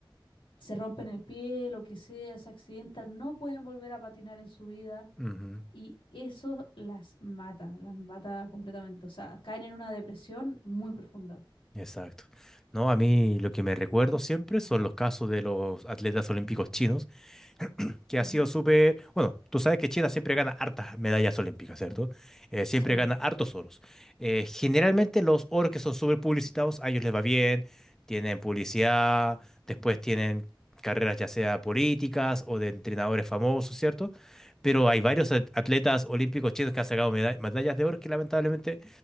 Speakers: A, on the left; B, in the centre.
A: Se rompen el pie, lo que sea, se accidentan, no pueden volver a patinar en su vida.
B: Ujú,
A: Y eso las mata, las mata completamente. O sea, caen en una depresión muy profunda.
B: Exacto. No, a mí lo que me recuerdo siempre son los casos de los atletas olímpicos chinos que
A: Ujú,
B: ha sido súper... Bueno, tú sabes que China siempre gana hartas medallas olímpicas, ¿cierto? Eh, siempre
A: Sí.
B: gana hartos oros. Eh, generalmente los oros que son súper publicitados, a ellos les va bien, tienen publicidad, después tienen carreras ya sea políticas o de entrenadores famosos, ¿cierto? Pero hay varios at- atletas olímpicos chinos que han sacado meda- medallas de oro que lamentablemente